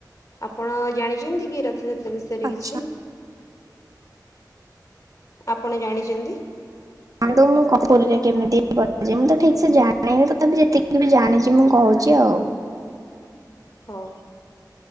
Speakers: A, on the left (about 50°); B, on the right (about 50°).
A: ଆପଣ ଜାଣିଛନ୍ତି କି ରଥଯାତ୍ରା ବିଷୟରେ
B: ଆଚ୍ଛା
A: କିଛି? ଆପଣ ଜାଣିଚନ୍ତି?
B: ଆନ୍ତୁ ମୋ କପୁଲ୍ ରେ କେମିତି ହେବ? ଯେ ମୁଁ ତ ଠିକ୍ ସେ ଜାଣିନି, ତଥାପି ଯେତିକି ବି ଜାଣିଛି, ମୁଁ କହୁଛି ଆଉ।
A: ହଉ।